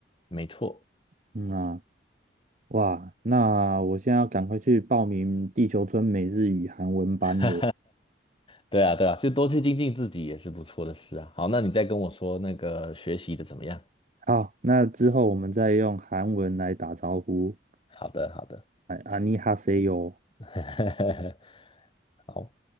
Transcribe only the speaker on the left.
没错，
<laughs> 对啊对啊，就多去精进自己也是不错的事啊。好，那你再跟我说那个学习的怎么样？
好的，好的，
<laughs> 好，